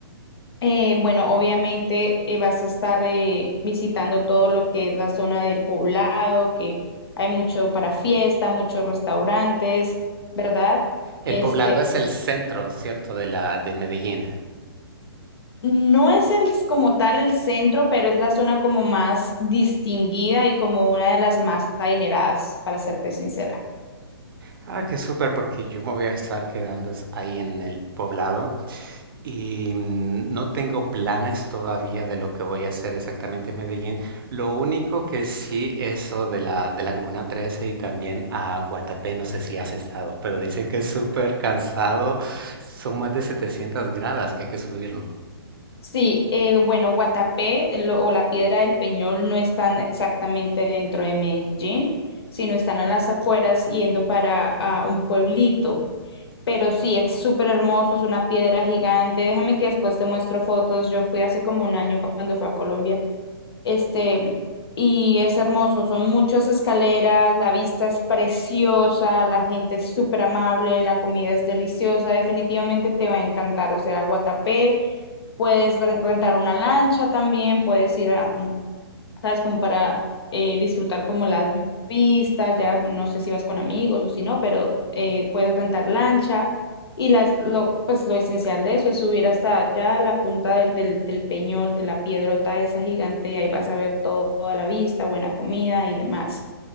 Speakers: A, on the left; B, on the right.
A: Eh, bueno, obviamente eh, vas a estar eh, visitando todo lo que es la zona del poblado, que hay mucho para fiesta, muchos restaurantes, ¿verdad?
B: El
A: Este,
B: poblado es el centro, ¿cierto? De la de Medellín.
A: no es el, como tal el centro, pero es la zona como más distinguida y como una de las más adineradas, para serte sincera.
B: Ah, qué súper, porque yo me voy a estar quedando es- ahí en el poblado y mm, no tengo planes todavía de lo que voy a hacer exactamente en Medellín. Lo único que sí, eso de la, de la Comuna 13 y también a Guatapé, no sé si has estado, pero dicen que es súper cansado. Son más de 700 gradas que hay que subir, ¿no?
A: Sí, eh, bueno, Guatapé lo- o la Piedra del Peñol no están exactamente dentro de Medellín, sino están a las afueras yendo para ah, un pueblito. Pero sí, es súper hermoso, es una piedra gigante. Déjame que después te muestro fotos. Yo fui hace como un año cuando fui a Colombia. Este, y es hermoso, son muchas escaleras, la vista es preciosa, la gente es súper amable, la comida es deliciosa. Definitivamente te va a encantar. O sea, Guatapé, puedes re- rentar una lancha también, puedes ir a ¿sabes? Como para eh, disfrutar como las vistas, ya bueno, no sé si vas con amigos o si no, pero eh, puedes rentar lancha y las, lo, pues lo esencial de eso es subir hasta allá la punta del, del, del peñol, de la piedrota esa gigante y ahí vas a ver todo- toda la vista, buena comida y demás.